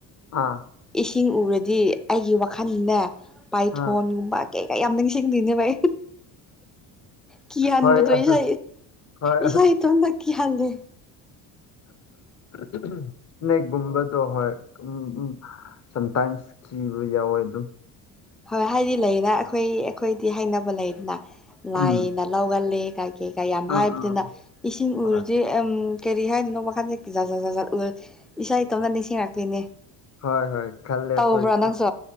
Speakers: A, on the left (about 35°); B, in the centre.
A: ꯑꯥ
B: ꯏꯁꯤꯡ ꯎꯔꯗꯤ ꯑꯩꯒꯤ ꯋꯥꯈꯜꯅꯦ ꯄꯥꯏꯊꯣꯟꯒꯨꯝꯕ
A: ꯑꯥ
B: ꯀꯩ ꯀꯩ ꯌꯥꯝ ꯅꯤꯡꯁꯤꯡꯗꯨꯏꯅꯦꯕ ꯑꯩ ꯀꯏꯍꯟꯕꯗꯣ
A: ꯍꯣꯏ ꯑꯗꯨ
B: ꯏꯁꯥ
A: ꯍꯣꯏ
B: ꯏꯁꯥ ꯏꯇꯣꯟꯇ ꯀꯤꯍꯟꯂꯦ
A: ꯏꯁꯅꯦꯀꯒꯨꯝꯕꯗꯣ ꯍꯣꯏ ꯎꯝ ꯎꯝ ꯁꯝꯇꯥꯏꯝꯁ ꯀꯤꯕ ꯌꯥꯎꯋꯦ ꯑꯗꯨꯝ
B: ꯍꯣꯏ ꯍꯥꯏꯗꯤ ꯂꯩꯅ ꯑꯩꯈꯣꯏ ꯑꯩꯈꯣꯏꯗꯤ ꯍꯥꯏꯅꯕ ꯂꯩꯗꯅ ꯂꯥꯏꯅ
A: ꯎꯝ
B: ꯂꯧꯒꯜꯂꯤ ꯀꯩ ꯀꯥ ꯌꯥꯝ
A: ꯑꯥ
B: ꯍꯥꯏꯕꯅꯤꯅ
A: ꯑꯥ
B: ꯏꯁꯤꯡ
A: ꯍꯣꯏ
B: ꯎꯔꯗꯤ ꯀꯔꯤ ꯍꯥꯏꯗꯣꯏꯅꯣ ꯃꯈꯥꯗꯤ ꯖꯥꯖꯥꯖꯥꯠ ꯎꯔ꯭ꯗꯤ ꯏꯁꯥ ꯏꯇꯣꯝꯠ ꯅꯤꯡꯁꯤꯡꯔꯛꯇꯣꯏꯅꯦ
A: ꯍꯣꯏ ꯍꯣꯏ ꯈꯜꯂꯦ
B: ꯇꯧꯕꯔꯥ
A: ꯑꯩꯈꯣꯏꯁꯨ
B: ꯅꯪꯁꯨ